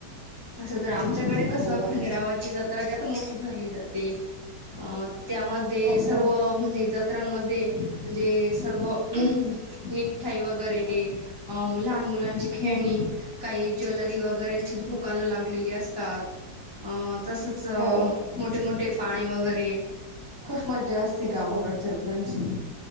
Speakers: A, on the left; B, on the right.
A: तर आमच्याकडे कसं
B: हो
A: खंडेरावाची
B: हो हो
A: जत्रा जास्त मोठी भरली जाते अ त्यामध्ये
B: हो
A: सर्व
B: हो
A: म्हणजे जत्रांमध्ये म्हणजे सर्व
B: हम्म
A: मी मिठाई वगैरे अ लहान मुलांची खेळणी
B: हम्म
A: काही ज्वेलरी वगैरे दुकानं
B: हम्म
A: लागलेली असतात तसेच
B: हो
A: मोठे मोठे पाणी वगैरे खूप मज्जा असते गावाकडच्यात्रांची
B: हो हो